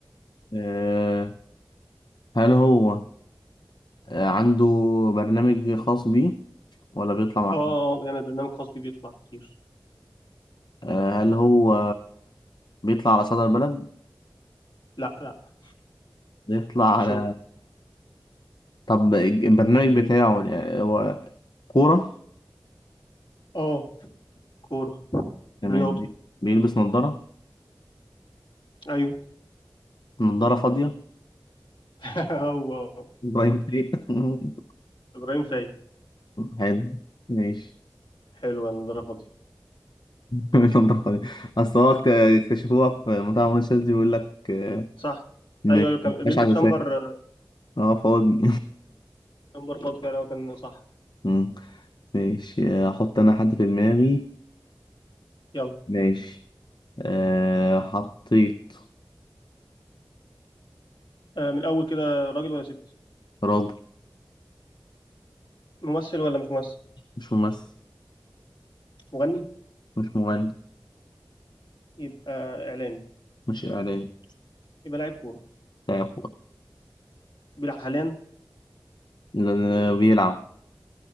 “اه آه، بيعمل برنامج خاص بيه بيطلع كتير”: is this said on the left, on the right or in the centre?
Left